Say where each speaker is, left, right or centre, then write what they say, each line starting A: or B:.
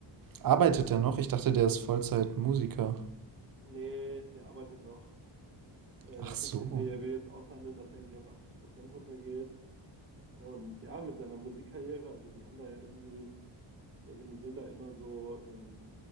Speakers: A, on the right; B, on the right.
A: Arbeitet der
B: Äh,
A: noch? Ich dachte, der ist Vollzeit-Musiker.
B: Nee, der arbeitet noch. er
A: Ach
B: Der hat
A: so.
B: jetzt irgendwie, er will jetzt aushandeln, dass er irgendwie auf 80 Prozent runtergeht. Und ja, mit seiner Musikkarriere, also die haben da ja irgendwie Die organisieren da immer so, ähm,